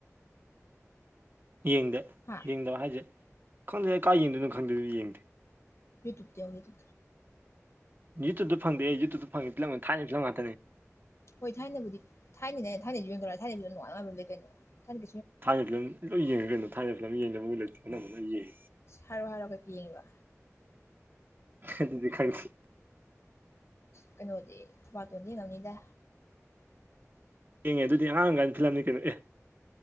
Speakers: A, on the right; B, on the left.
A: ꯌꯦꯡꯗꯦ
B: ꯍꯥ
A: ꯌꯦꯡꯗꯕ ꯍꯥꯏꯁꯦ ꯈꯪꯗꯦ ꯀꯥꯏ ꯌꯦꯡꯗꯣꯏꯅꯣ ꯈꯪꯗꯦꯗꯤ ꯌꯦꯡꯗꯦ
B: ꯗꯨꯗꯗꯨ
A: ꯌꯨꯇꯨꯞꯇ ꯐꯪꯗꯦ ꯌꯨꯇꯌꯨꯞꯇ ꯐꯪꯦꯤꯂꯝꯒ ꯊꯥꯏꯅ ꯐꯤꯂꯝ ꯉꯥꯛꯇꯅꯦ
B: ꯍꯣꯏ ꯊꯥꯏꯅꯕꯨꯗꯤ ꯊꯥꯏꯅꯅꯦ ꯊꯥꯏꯅꯁꯨ ꯌꯣꯟꯗꯧꯔ ꯊꯥꯏꯅꯕꯕꯨꯗꯅꯨꯡꯉꯉꯕ ꯂꯩ ꯀꯩꯅꯣ ꯊꯃ
A: ꯊꯥꯏꯅ ꯐꯤꯂꯝ ꯂꯣꯏ ꯌꯦꯡꯉꯒ ꯀꯩꯅꯣ ꯊꯥꯏꯅ ꯐꯤꯂꯝ ꯌꯦꯡꯖꯕꯨ ꯂ ꯂꯩꯦ ꯀꯅꯝꯕ ꯂꯣꯏ ꯌꯦꯉꯦ
B: ꯍꯔꯥꯎ ꯍꯥꯔꯒ ꯄꯤꯉꯤꯕ
A: ꯑꯗꯨꯗꯤ ꯈꯪꯁꯤ
B: ꯀꯩꯅꯣꯗꯤ ꯊꯕꯥꯇꯣꯟꯗꯤ ꯌꯦꯡ ꯉꯝꯅꯤꯗ
A: ꯌꯦꯡꯉꯦ ꯑꯗꯨꯗꯤ ꯑꯉꯥꯡꯉꯀꯥꯟ ꯐꯤꯂꯝꯅꯤ ꯀꯩꯅꯣ ꯑꯦ